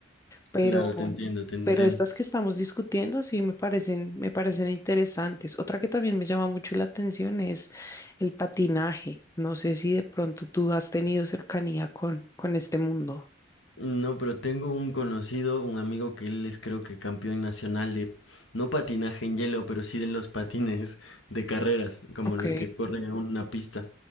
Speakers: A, on the left; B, on the left.
A: pero,
B: Claro, te entiendo, te entiendo.
A: pero estas que estamos discutiendo sí me parecen, me parecen interesantes. Otra que también me llama mucho la atención es el patinaje. No sé si de pronto tú has tenido cercanía con, con este mundo.
B: No, pero tengo un conocido, un amigo que él es creo que campeón nacional de, no patinaje en hielo, pero sí de los <laughs> patines de carreras, como
A: Ok.
B: los que corren en una pista.